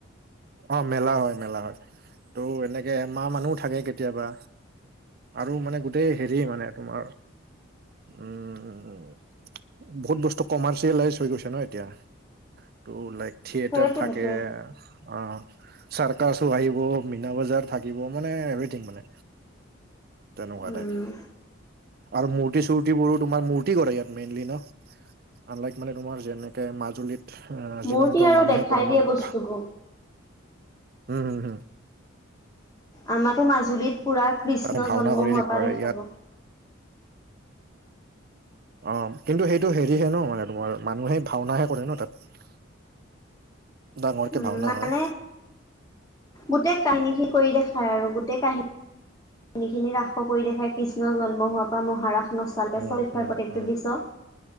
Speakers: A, on the right; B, on the left.
A: অ', মেলা হয়, মেলা হয়। ত' এনেকে এমাহ মানো থাকে কেত কেতিয়াবা আৰু মানে গোটেই হেৰি মানে তোমাৰ উম, বহুত বস্তু কমাৰ্চিয়েলাইজ হৈ গৈছে ন' এতিয়া। ত' লাইক থিয়েটাৰ
B: সেইটোৱে
A: থাকে।
B: সেইটোৱে
A: আ। চাৰ্কাছো আহিব, মিনা বজাৰ থাকিব। মানে এভৰিথিং মানে। তেনেকুৱা
B: উম।
A: টাইপ। আৰু মূৰ্তি চুৰ্তিবোৰো তোমাৰ মূৰ্তি কৰে ইয়াত মেইনলি ন'। আনলাইক মানে তোমাৰ যেনেকে মাজুলীত আ,
B: মূৰ্তি
A: জীৱন্ত
B: আৰু
A: মানুহে
B: দেখাই
A: কৰে
B: দিয়ে
A: ন'।
B: বস্তুবোৰ।
A: উম, হম। হম
B: আমাৰো মাজুলীত পুৰা কৃষ্ণ
A: তাতে ভাওনা
B: জন্ম
A: কৰি
B: হোৱাৰ
A: দেখুৱাই
B: পা দেখাব।
A: ইয়াত অ', কিন্তু সেইটো হেৰিহে ন' মানে তোমাৰ মানুহে ভাওনাহে কৰে ন' তাত। ডাঙৰকে
B: উম,
A: ভাওনা
B: মানে
A: হয়।
B: গোটেই কাহিনী সি কৰি দেখায় আৰু গোটেই কাহি খিনি ৰাস কৰি দেখাই কৃষ্ণ জন্ম হোৱাৰ পৰা মহাৰাশ নচালে
A: উম
B: চলফাই
A: উম
B: প্ৰাকৃতিক
A: উম
B: দৃশ্য।